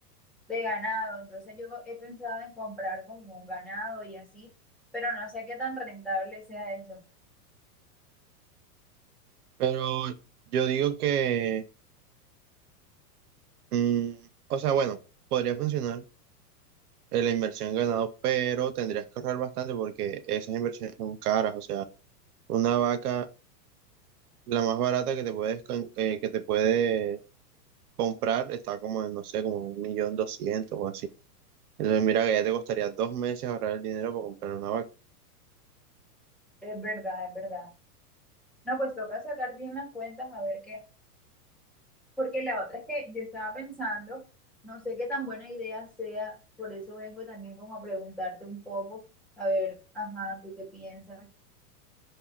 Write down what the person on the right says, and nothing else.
Pero yo digo que, mm, o sea, bueno, podría funcionar eh, la inversión en ganado, pero tendrías que ahorrar bastante porque esas inversiones son caras, o sea. Una vaca La más barata que te puedes, con- eh, que te puedes comprar está como en, no sé, como un millón doscientos o así. Entonces, mira que ya te costaría dos meses ahorrar el dinero para comprar una vaca.